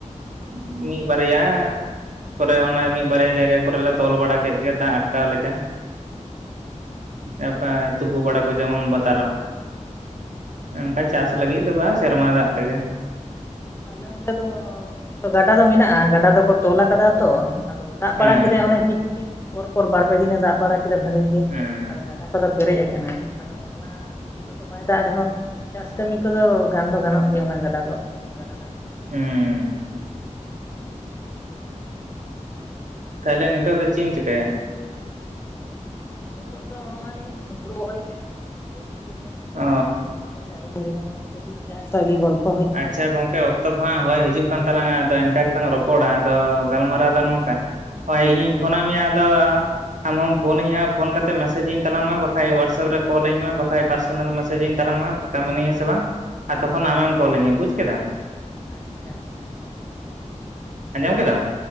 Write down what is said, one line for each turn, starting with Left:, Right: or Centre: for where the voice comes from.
Right: ᱢᱤᱫ ᱵᱟᱨᱭᱟ ᱯᱚᱨᱮ ᱚᱱᱟ ᱢᱤᱫ ᱵᱟᱨᱭᱟ ᱡᱟᱭᱜᱟ ᱠᱚᱨᱮᱞᱮ ᱛᱚᱞ ᱵᱟᱲᱟ ᱠᱮᱫ ᱜᱮ ᱫᱟᱜ ᱟᱴᱠᱟᱣ ᱞᱮᱠᱟ ᱦᱮᱸ ᱛᱩᱯᱩ ᱵᱟᱲᱟ ᱠᱚ ᱡᱮᱢᱚᱱ ᱵᱟᱛᱟᱨᱚᱜ ᱚᱱᱠᱟ ᱪᱟᱥ ᱞᱟᱹᱜᱤᱫ ᱫᱚ ᱵᱟᱝ ᱥᱮᱨᱢᱟ ᱫᱟᱜ ᱛᱮᱜᱮ
Left: ᱟᱞᱮ ᱚᱸᱰᱮ ᱫᱚ ᱜᱟᱰᱟ ᱫᱚ ᱢᱮᱱᱟᱜᱼᱟ ᱜᱟᱰᱟ ᱫᱚᱠᱚ ᱛᱚᱞ ᱟᱠᱟᱫᱟ ᱛᱚ ᱟᱫᱚ ᱫᱟᱜ
Right: ᱦᱮᱸ
Left: ᱵᱟᱲᱟ ᱠᱮᱫᱟᱭ ᱚᱱᱮ ᱠᱤᱪᱷᱩ ᱫᱤᱱ ᱯᱚᱨᱼᱯᱚᱨ ᱵᱟᱨ ᱯᱮ ᱫᱤᱱᱮ ᱫᱟᱜ ᱵᱟᱲᱟ ᱠᱮᱫᱟ ᱵᱷᱟᱨᱤ ᱜᱮ
Right: ᱦᱮᱸ
Left: ᱟᱫᱚ ᱫᱟᱜ ᱠᱚᱫᱚ ᱯᱮᱨᱮᱡ ᱟᱠᱟᱱᱟ ᱟᱫᱚ ᱚᱱᱟ ᱱᱤᱛᱚᱜ ᱫᱚ ᱵᱟᱭ ᱫᱟᱜ ᱨᱮᱦᱚᱸ ᱪᱟᱥ ᱠᱟᱹᱢᱤ ᱠᱚᱫᱚ ᱜᱟᱱ ᱫᱚ ᱜᱟᱱᱚᱜ ᱜᱮᱭᱟ ᱚᱱᱟ ᱜᱟᱰᱟ ᱫᱚ ᱜᱟᱰᱟ ᱫᱟᱜ ᱠᱚᱛᱮᱜᱮ
Right: ᱦᱮᱸ ᱛᱟᱦᱚᱞᱮ ᱱᱤᱛᱚᱜ ᱫᱚ ᱪᱮᱫ ᱮᱢ ᱪᱤᱠᱟᱭᱟ?
Left: ᱱᱤᱛᱚᱜ ᱫᱚ ᱱᱚᱜᱼᱚᱭ ᱫᱩᱲᱩᱵ ᱦᱩᱭ ᱟᱠᱟᱱᱟ ᱡᱯᱤᱡ ᱜᱤᱫᱟ. ᱧ ᱡᱯᱤᱡ
Right: ᱚ
Left: ᱠᱷᱚᱱᱜᱮ ᱠᱮᱫ ᱛᱤᱧᱟ ᱟᱫᱚᱧ ᱞᱟᱭ ᱫᱟ ᱠᱟᱹᱴᱤᱡ ᱡᱟᱦᱟᱭ ᱥᱟᱶᱜᱮᱧ ᱜᱚᱞᱯᱷᱚ
Right: ᱟᱪᱷᱟ ᱜᱚᱢᱠᱮ ᱚ ᱚᱠᱛᱚ ᱠᱚ ᱦᱟᱸᱜ ᱦᱚᱭ ᱦᱤᱡᱩᱜ ᱠᱟᱱ ᱛᱟᱞᱟᱝᱟ ᱟᱫᱚ ᱤᱱᱠᱟ ᱜᱮᱞᱟᱝ ᱨᱚᱯᱚᱲᱟ ᱟᱫᱚ ᱜᱟᱞᱢᱟᱨᱟᱣ ᱫᱚ ᱱᱚᱝᱠᱟ ᱦᱚᱭ ᱤᱧᱤᱧ
Left: ᱦᱮᱸ
Right: ᱯᱷᱚᱱᱟ ᱢᱮᱭᱟ ᱟᱫᱚ ᱟᱢ ᱦᱚᱢ ᱯᱷᱳᱱᱟᱹᱧᱟᱹ ᱯᱷᱳᱱ ᱠᱟᱛᱮ ᱢᱮᱮᱡᱽᱤᱧ ᱛᱞᱟᱝ ᱢᱮ ᱵᱟᱠᱷᱟᱡ ᱦᱚᱳᱣᱟᱴᱥᱮᱯ ᱨᱮ ᱠᱚᱞ ᱟᱹᱧ ᱢᱮ ᱵᱟᱠᱷᱟᱡ ᱯᱟᱨᱥ ᱯᱟᱨᱥᱚᱱᱟᱞ ᱢᱮᱥᱮᱡᱤᱧ ᱛᱟᱞᱟᱝ ᱢᱮ ᱯᱷᱟᱸᱠᱟ ᱢᱤᱱᱟᱹᱧᱟ ᱥᱮ ᱵᱟᱝ ᱟᱨ ᱛᱚᱠᱷᱚᱱ
Left: ᱦᱮᱸ
Right: ᱟᱢᱮᱢ ᱠᱚᱞ ᱟᱹᱧᱟ ᱵᱩᱡᱽ ᱠᱮᱫᱟᱢ᱾
Left: ᱟᱪᱪᱷᱟ᱾
Right: ᱟᱸᱡᱚᱢ ᱠᱮᱫᱟᱢ?